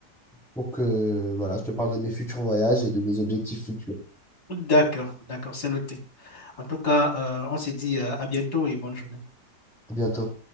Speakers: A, in the centre; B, on the left.
A: pour que, voilà, je te parle de mes futurs voyages et de mes objectifs futurs.
B: D'accord, d'accord, c'est noté. En tout cas, euh, on se dit euh, à bientôt et bonne journée.
A: À bientôt.